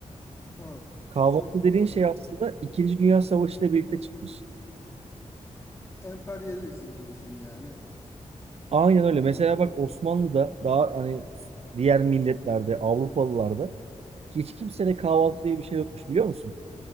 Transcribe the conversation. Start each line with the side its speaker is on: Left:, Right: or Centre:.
Left: Ama
Right: Kahvaltı
Left: so
Right: dediğin şey aslında İkinci Dünya Savaşı ile birlikte çıkmış.
Left: emperyalizm diyorsun yani.
Right: Aynen öyle. Mesela bak Osmanlı'da daha hani diğer milletlerde, Avrupalılarda hiç kimsede kahvaltı diye bir şey yokmuş biliyor musun?